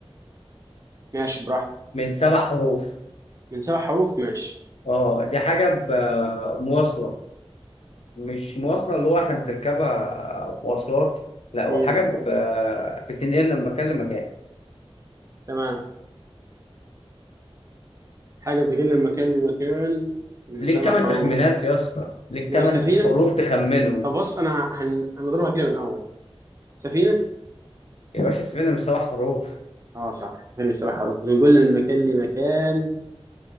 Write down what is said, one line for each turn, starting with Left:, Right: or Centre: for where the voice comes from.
Right: ماشي براحتك
Left: من سبع حروف
Right: من سبع حروف ماشي
Left: اه دي حاجة ب- مواصلة مش مواصلة اللي هو احنا بنركبها مواصلات لا
Right: امم
Left: هو حاجة ب- بتنقلنا من مكان لمكان
Right: تمام حاجه بتجي من مكان لمكان من
Left: ليك
Right: سبع
Left: تمن
Right: حروف
Left: تخمينات يا اسطى ليك
Right: ماشي
Left: تمن
Right: سفينه
Left: حروف تخمنه
Right: طب بص انا هن... هنضربها كده من اول سفينه
Left: يا باشا سيبنا من سبع حروف
Right: اه صح سهل بسبع حروف بنقول من مكان لمكان